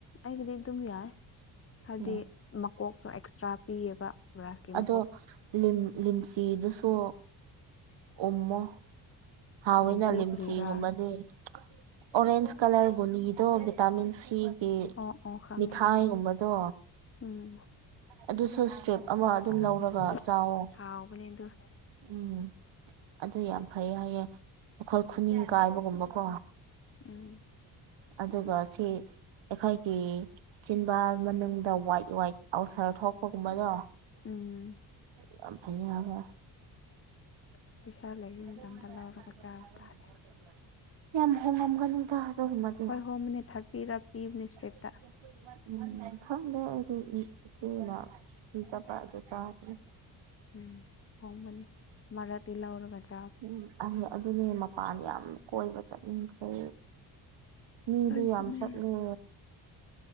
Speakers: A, on the left (about 30°); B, on the right (about 65°).
A: ꯑꯩꯒꯤꯗꯤ ꯑꯗꯨꯝ ꯌꯥꯏ ꯍꯥꯏꯗꯤ
B: ꯎꯝ
A: ꯃꯀꯣꯛꯁꯨ ꯑꯦꯛꯁꯇ꯭ꯔꯥ ꯄꯤꯌꯦꯕ ꯕ꯭ꯔꯥꯁꯀꯤ
B: ꯗꯣ ꯂꯤꯝ ꯂꯤꯝꯆꯤꯗꯨꯁꯨ ꯎꯝꯃꯣ ꯍꯥꯎꯌꯦꯅ
A: ꯂꯤꯝꯆꯤ
B: ꯂꯤꯝꯆꯤꯒꯨꯝꯕꯗꯤ
A: ꯀꯔꯤꯔꯥ
B: ꯑꯣꯔꯦꯟꯖ ꯀꯂꯔ ꯒꯨꯂꯤꯗꯣ ꯚꯤꯇꯥꯃꯤꯟ ꯁꯤꯒꯤ
A: ꯑꯣ ꯑꯣ ꯈꯪꯉꯦ
B: ꯃꯤꯊꯥꯏꯒꯨꯝꯕꯗꯣ
A: ꯎꯝ
B: ꯑꯗꯨꯁꯨ ꯁ꯭ꯇ꯭ꯔꯤꯞ ꯑꯃ ꯑꯗꯨꯝ
A: ꯈꯪꯉꯦ
B: ꯂꯧꯔꯒ ꯆꯥꯎꯑꯣ
A: ꯍꯥꯎꯕꯅꯦ ꯑꯗꯨ
B: ꯎꯝ ꯑꯗꯨ ꯌꯥꯝ ꯐꯩ ꯍꯥꯏꯌꯦ ꯑꯈꯣꯏ ꯈꯨꯅꯤꯡ
A: ꯎꯝ
B: ꯀꯥꯏꯕꯒꯨꯝꯕꯀꯣ
A: ꯎꯝ
B: ꯑꯗꯨꯒ ꯁꯤ ꯑꯩꯈꯣꯏꯒꯤ ꯆꯤꯟꯕꯥꯜ ꯃꯅꯨꯡꯗ ꯋꯥꯏꯠ ꯋꯥꯏꯠ ꯑꯥꯜꯁꯔ ꯊꯣꯛ ꯄꯀꯨꯝꯕꯗꯣ
A: ꯎꯝ
B: ꯌꯥꯝ ꯐꯩꯌꯦ ꯍꯥꯢꯕ
A: <inaudible> ꯂꯩꯕ
B: <unintelligible>
A: ꯃꯇꯝꯗ ꯂꯧꯔꯒ ꯆꯥꯕ ꯇꯥꯔꯦ
B: ꯌꯥꯝ ꯍꯣꯡꯉꯝꯒꯅꯤꯗ ꯇꯨꯝꯃꯗꯤ
A: ꯍꯣꯏ
B: <unintelligible>
A: ꯍꯣꯡꯕꯅꯦ ꯊꯥꯔꯇꯤꯔ ꯄꯤꯕꯅꯦ ꯏꯁꯇ꯭ꯔꯤꯞꯇ
B: ꯈꯪꯗꯦ ꯑꯩꯗꯤ <unintelligible> ꯆꯥꯗ꯭ꯔꯤ
A: ꯎꯝ ꯍꯣꯡꯕꯅꯤ ꯃꯔꯛꯇꯤ ꯂꯧꯔꯒ ꯆ
B: ꯎꯝ ꯑꯩ ꯑꯗꯨꯅꯦ ꯃꯄꯥꯟ ꯌꯥꯝ ꯀꯣꯏꯕ ꯆꯠꯅꯤꯡꯈ꯭ꯔꯦ ꯃꯤꯗꯤ
A: ꯑꯩꯁꯨꯅꯦ
B: ꯌꯥꯝ ꯆꯠꯂꯦ